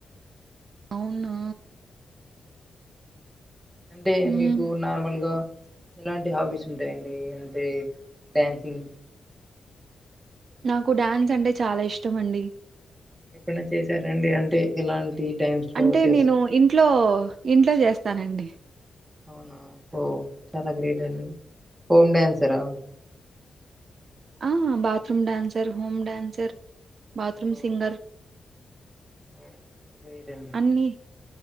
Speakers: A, on the right; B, on the right.
A: అవునా
B: డే
A: హ్మ్.
B: మీకు నార్మల్గా ఇలాంటి హాబీస్ ఉంటాయండి అంటే డ్యాన్సింగ్
A: నాకు డ్యాన్స్ అంటే చాలా ఇష్టం అండి
B: ఎప్పనా చేసారండి అంటే ఇలాంటి టైమ్స్ లో
A: అంటే
B: చేస్తా
A: నేను ఇంట్లో ఇంట్లో జేస్తానండి
B: అవునా హో చాలా గ్రేట్ అండి హోమ్ డ్యాన్సరా
A: ఆ bathroom dancer home dancer bathroom
B: ఓ
A: సింగర్
B: ఓ గ్రేటన్
A: న్నీ